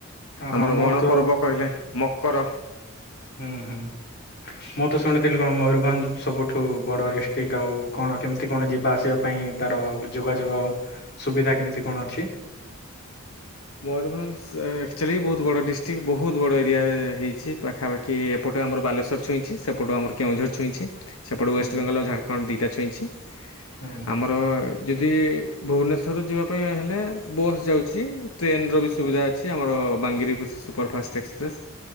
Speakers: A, on the left; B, on the left.
A: ହଁ ହଁ
B: ଆମର
A: ମୁଁ
B: ଗଣ
A: ତ
B: ପର୍ବ କହିଲେ ମକର
A: ଉଁହୁଁ ମୁଁ ତ ଶୁଣି ଥିଲି କଣ ମୟୂରଭଞ୍ଜ ସବୁଠୁ ବଡ଼ ଡିଷ୍ଟିକ୍ ଆଉ କଣ କେମିତି କଣ ଯିବା ଆସିବା ପାଇଁ ତାର ଯୋଗାଯୋଗୋ ସୁବିଧା କେମିତି କଣ ଅଛି।
B: ମୟୂରଭଞ୍ଜ ଆକ୍ଚୋଲି ବୋହୁତ ବଡ଼ ଡିଷ୍ଟିକ୍ ବୋହୁତ ବଡ଼ ଏରିଆ ହେଇଛି ପାଖାପାଖି ଏପ ଟେ ଆମର ବାଲେଶ୍ୱର ଛୁଇଁଛି ସେପଟୁ ଆମର କେଉଁଝର ଛୁଇଁଛି। ସେପଟୁ
A: ହୁଁ
B: ୱେଷ୍ଟବେଙ୍ଗଲ ଆଉ ଝାରଖଣ୍ଡ ଦିଇଟା ଛୁଇଁଛି
A: ହୁଁ
B: ଆମର ଯଦି ଭୁବନେଶ୍ୱରରୁ ଯିବା ପାଇଁ ହେଲେ ବସ୍ ଯାଉଛି। ଟ୍ରେନର ବି ସୁବିଧା ଅଛି ଆମର ବାଙ୍ଗିରପୋଶି ସୁପରଫାଷ୍ଟ ଏକ୍ସପ୍ରେସ୍।